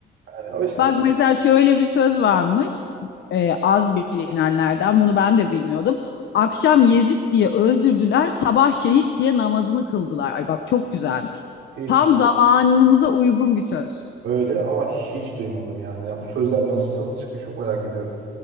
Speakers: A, on the right; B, on the left.
A: Yani o işte
B: Bak mesela şöyle bir söz varmış e, az bilinenlerden bunu ben de bilmiyordum. Akşam Yezid diye öldürdüler, sabah şehit diye namazını kıldılar. Ay bak çok güzelmiş.
A: hiç
B: Tam zamanımıza uygun bir söz.
A: Öyle ama hiç duymadım yani. Ya bu sözler nasıl nasıl çıkmış çok merak ediyorum.